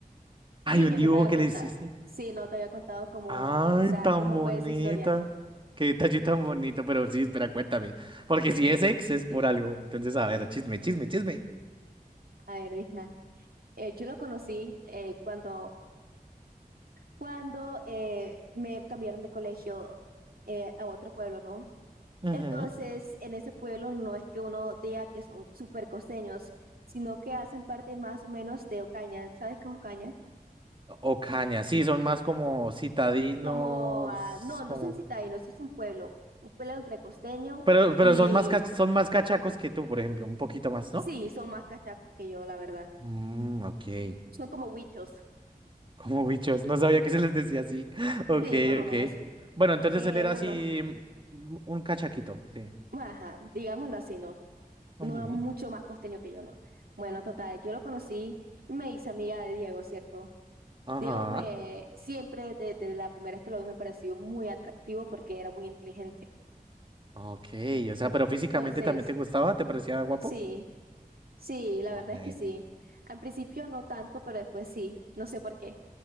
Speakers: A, on the right; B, on the right.
A: Ay,
B: y
A: un
B: yo
A: dibujo
B: no te había
A: que
B: contado,
A: le hiciste.
B: sí, no te había contado cómo,
A: Ay,
B: o sea,
A: tan
B: cómo
A: bonita.
B: fue esa historia.
A: Qué detalle tan bonito, pero sí, espera, cuéntame. Porque si es ex, es por algo. Entonces, a ver, chisme, chisme, chisme.
B: A ver, mira. Eh, yo lo conocí eh, cuando, cuando eh, me cambiaron de colegio eh, a otro pueblo, ¿no?
A: Ujú.
B: Entonces, en ese pueblo no es que uno diga que son súper costeños, sino que hacen parte más o menos de Ocaña. ¿Sabes qué es Ocaña?
A: O caña, sí, son más como citadinos,
B: Como, ah, no, no
A: como.
B: son citadinos, es un pueblo, un pueblo entre costeño
A: Pero, pero
B: y
A: son más, cach- son más cachacos que tú, por ejemplo, un poquito más,
B: sí,
A: ¿no?
B: son más cachacos que yo, la verdad.
A: Mm, ok.
B: Son como huichos,
A: Como bichos, no sabía que se les decía así. <laughs> Ok,
B: sí, más o
A: ok.
B: menos.
A: Bueno, entonces
B: Eh,
A: él era
B: bueno,
A: así mm, mm, un cachaquito, sí.
B: ajá, digámoslo así, ¿no?
A: Ujú.
B: no era mucho más costeño que yo, no. Bueno, total, yo lo conocí y me hice amiga de Diego, ¿cierto?
A: Ajá.
B: Diego me siempre, desde, desde la primera vez que lo vi, me pareció muy atractivo porque era muy inteligente.
A: Ok, o sea, pero físicamente
B: Entonces,
A: también te gustaba, te parecía guapo.
B: sí, sí, la verdad
A: Ok.
B: es que sí. Al principio no tanto, pero después sí, no sé por qué.